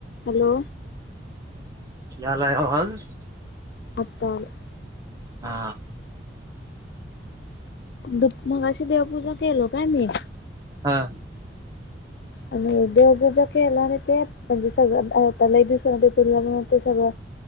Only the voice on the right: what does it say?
यालाय आवाज
हा
हा.